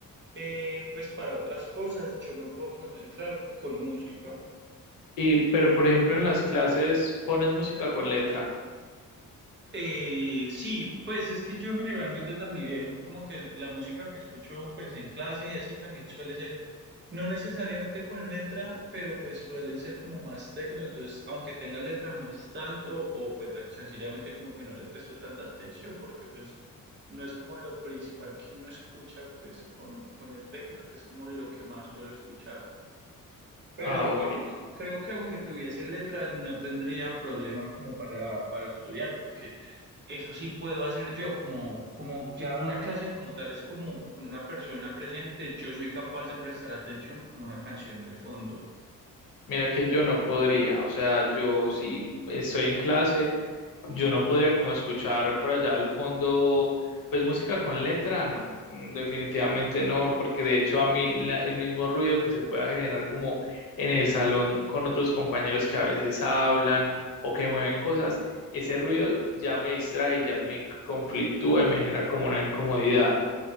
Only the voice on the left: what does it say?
y, pero por ejemplo en las clases pones música con letra.
Ah, ok.
Mira que yo no podría, o sea, yo si estoy en clase, yo no podría como escuchar por allá al fondo, pues música con letra, no, mm, definitivamente no, porque de hecho a mí la- el mismo ruido que se pueda generar como en el salón con otros compañeros que a veces hablan o que mueven cosas, ese ruido ya me distrae, ya me conflictúa y me genera como una incomodidad.